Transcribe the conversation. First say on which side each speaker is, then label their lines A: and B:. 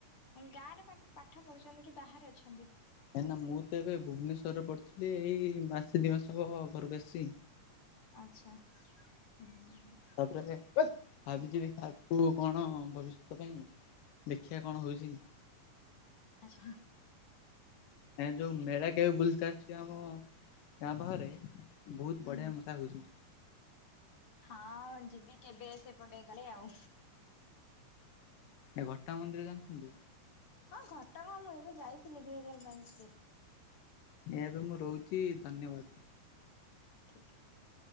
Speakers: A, on the left (about 45°); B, on the left (about 85°).
A: ଗାଁ ରେ ପାଠ ପଢୁଛନ୍ତି କି ବାହାରେ ଅଛନ୍ତି?
B: କାହିକି ନା ମୁଁ ତ ଏବେ ଭୁବନେଶ୍ୱରରେ ପଢଥିଲି ଏଇ ମାସେ ଦୁଇ ମାସହବ ଘରକୁ ଆସିଚି।
A: ଆଚ୍ଛା। ହୁଁ।
B: ତାପରେ ଭାବିଛି ଦେଖିବା ଆକୁ କଣ ଭବିଷ୍ୟତ ପାଇଁ ଦେଖିବା କଣ ହଉଛି।
A: ଆଛା
B: ଏ ଯୋଉ ମେଳା କେବେ ବୁଲିତେ ଆସିବ ଆମ ଗାଁ ପାଖରେ ବହୁତ
A: ହୁଁ
B: ବଢିଆ ସେ ହେଉଛି।
A: ହଁ ଯିବି କେବେ ସେପଟେ କାଳେ ଆଉ।
B: ଏ ଘଟଗାଁ ମନ୍ଦିର ଜାଣିଛନ୍ତି?
A: ହଁ ଘଟଗାଁ ମୁଁ ଏବେ ଯାଇଥିଲି ଦିଇ ହଜାର ବାଇଶିରେ
B: ଏବେ ମୁଁ ରହୁଛି ଧନ୍ୟବାଦ।
A: ଠିକ୍ ଠାକ୍।